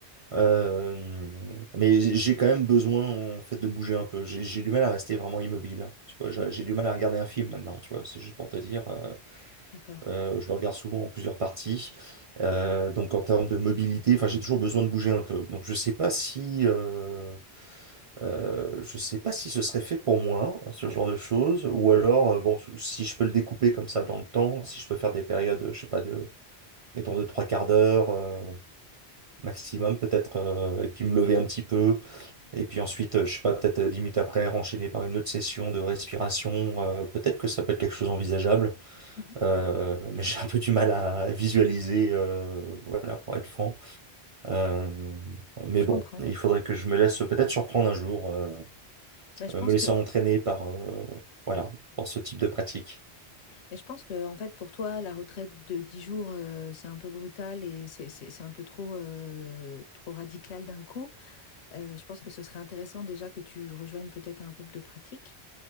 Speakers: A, on the right (about 55°); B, on the left (about 80°).
A: Euh, mais j'ai j'ai quand même besoin en fait de bouger un peu. J'ai j'ai du mal à rester vraiment immobile. hein, Tu vois, j'ai
B: Mhm.
A: j'ai du mal à regarder un film maintenant. Tu vois, c'est juste pour te dire, euh,
B: D'accord.
A: euh, je le regarde souvent en plusieurs parties. Euh, donc en termes de mobilité, enfin, j'ai toujours besoin de bouger un peu. Donc je sais pas si euh, euh, je sais pas si ce serait fait pour moi, ce genre de choses, ou alors, euh, bon, si je peux le découper comme ça dans le temps, si je peux faire des périodes, je sais pas, de, mettons, de trois quarts d'heure, euh, maximum, peut-être, euh, et puis me lever un petit peu, et puis ensuite, euh, je sais pas, peut-être euh, dix minutes après, enchaîner par une autre session de respiration, euh, peut-être que ça peut être quelque chose envisageable,
B: Mhm.
A: euh, mais <laughs> j'ai un peu du mal à visualiser, euh, voilà, pour être franc. Euh, mais
B: Je
A: bon,
B: comprends.
A: il faudrait que je me laisse peut-être surprendre un jour. euh,
B: Bah, je
A: euh,
B: pense
A: me laissant
B: que
A: entraîner par, euh, voilà, par ce type de pratique.
B: Mais je pense que, en fait, pour toi, la retraite de 10 jours, euh, c'est un peu brutal et c'est c'est- c'est un peu trop, euh, trop radical d'un coup. Euh, je pense que ce serait intéressant déjà que tu rejoignes peut-être un groupe de pratique